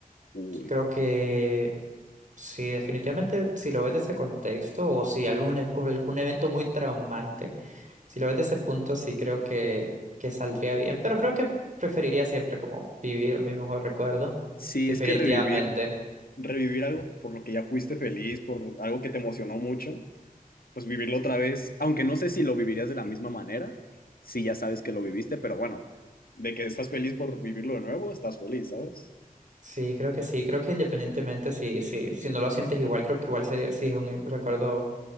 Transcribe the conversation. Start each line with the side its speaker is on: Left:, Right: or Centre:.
Left: Uy.
Right: Creo que sí, definitivamente, si lo ves desde ese contexto o si algún, e- o algún evento muy traumante, si lo ves desde ese punto, sí creo que, que saldría bien, pero creo que preferiría siempre como vivir mi mejor recuerdo,
Left: Sí,
Right: definitivamente.
Left: es que revivir, revivir algo por lo que ya fuiste feliz, por algo que te emocionó mucho, pues vivirlo otra vez, aunque no sé si lo vivirías de la misma manera, si ya sabes que lo viviste, pero bueno, de que estás feliz por vivirlo de nuevo, estás feliz, ¿sabes?
Right: Sí, creo que sí, creo que independientemente si, si, si no lo sientes igual, creo que igual sería, sí es un recuerdo